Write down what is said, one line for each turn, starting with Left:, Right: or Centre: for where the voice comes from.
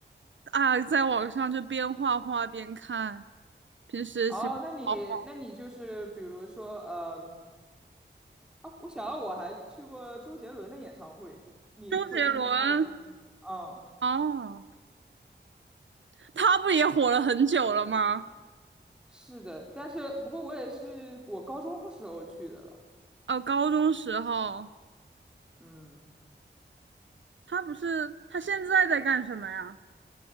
Right: 啊，在网上就边画画边看，平时喜欢哦
Centre: 哦，那你那你就是比如说，呃，啊，我想到我还去过周杰伦的演唱会，你会听他的歌吗？
Right: 周杰伦
Centre: 嗯，
Right: 哦，他不也火了很久了吗？
Centre: 是的，但是不过我也是我高中时候去的了，
Right: 哦，高中时候，
Centre: 嗯，
Right: 他不是，他现在在干什么呀？